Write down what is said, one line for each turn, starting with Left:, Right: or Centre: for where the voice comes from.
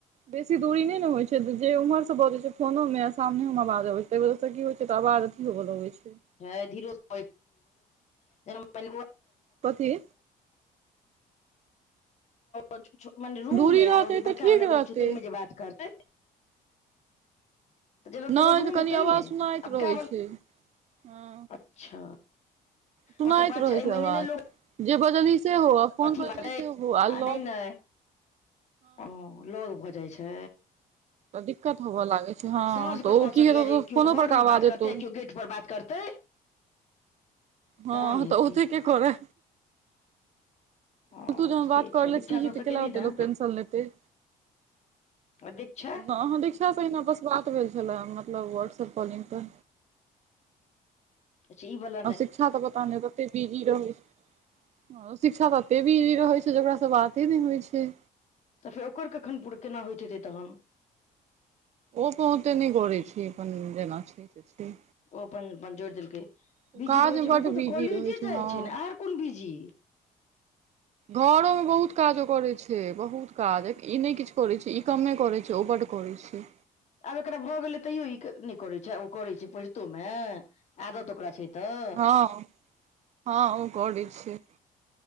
Right: बेसी दूरी नै ने होइ छै जे उम्हर स बजय छै फोनो मे आ सामने उमे आबाज अबै छै। ताहि वजहसँ कि होइ छै तऽ आवाज अथी होबऽ लगै छै।
Left: ह धीरोल छै <unintelligible> <unintelligible> मने
Right: कथी
Left: ओ छ रूम
Right: दूरी
Left: मे
Right: रहतै
Left: आ ओ जे
Right: तऽ
Left: बड़का
Right: ठीक
Left: वाला
Right: रहतै
Left: रूम छै तै मे जे बात करतै। <inaudible> <unintelligible> जेना
Right: नहि
Left: तोहर रूम
Right: गे कनि
Left: छै ताहिमे
Right: आवाज
Left: आ
Right: सुनाइत
Left: बड़का
Right: रहैत
Left: वाला
Right: छै हँ।
Left: अच्छा
Right: सुनाइत
Left: हतऽ बात
Right: रहै
Left: छै ऐमे
Right: आवाज
Left: नैने लोक
Right: जे बजली सेहो आ फोन
Left: अथी
Right: करली
Left: करतै
Right: सेहो आ लॉग
Left: नहि ने ओ लौग भऽ जाइ छै।
Right: तऽ दिक्कत होबय लागै छै हँ
Left: सांझ
Right: तऽ
Left: क
Right: ओ
Left: कऽ
Right: की
Left: सकै
Right: हेतौ
Left: ये जे केओ
Right: फोनो
Left: घऽर
Right: पर का
Left: मे
Right: आवाज
Left: बात करतै
Right: एतौ
Left: आ केओ गेट पर बात करतै।
Right: हँ
Left: तहन हेतै
Right: तऽ ओते के कऽरै।
Left: हँ
Right: ततू जहन
Left: से
Right: बात करै
Left: छै
Right: ले
Left: दीक्षा
Right: छिही
Left: सबसँ
Right: तऽ केलाऽ
Left: केली
Right: ओते
Left: ने
Right: लोक टेन्शन लेतैय।
Left: आ दिक्षा
Right: अहाँ दिक्षा से अहिना बस बात भेल छले मतलब व्हाट्सअप कॉलिंग पर।
Left: अच्छा ई बला
Right: आ शिक्षा तऽ पता नहि कते बीज जी रहय छै। शिक्षा तऽ एते बीजी रहै छै जे ओकरा से बाते नहि होइ छै।
Left: तऽ फेर ओकर कखन पूर केना होइत हेतै तखन।
Right: ओ बहुते नहि बढय छै अपन जेना छै से छै।
Left: ओ अपन अपन जोड़ि देलकै
Right: ओ
Left: बिजी
Right: काजमे
Left: रहैत छै
Right: बड्ड
Left: मतलब
Right: बिजी
Left: तऽ कॉलेजे
Right: रहै
Left: जाइ
Right: हँ
Left: छै ने आर कोन बिजी।
Right: घरोमे बहुत काज ओ करैत छै बहुत काज ई नहि किछु करैत छै ई कमे करैत छै ओ बड करय छै।
Left: आब एकरा भऽ गेलै तैयो ई नहि करै छै आ ओ करै छै पढ़ितो मे आदत ओकरा छै तऽ।
Right: हँ हँ ओ कऽरय छै।